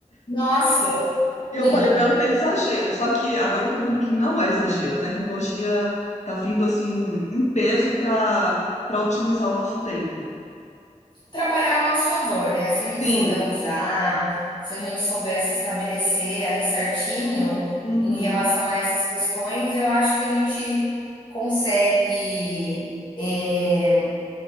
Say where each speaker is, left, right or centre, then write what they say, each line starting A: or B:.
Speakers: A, on the left (about 35°); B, on the left (about 65°).
A: Nossa,
B: E
A: sim.
B: eu falei pra ela que era exagero, só que agora eu tô vendo que não é exagero. A tecnologia tá vindo assim em peso pra, para otimizar o nosso tempo.
A: Trabalhar ao nosso favor, né, se a gente
B: Sim,
A: souber usar, se a gente souber se estabelecer ali certinho
B: uhum,
A: em relação a essas questões, eu acho que a gente consegue, eh,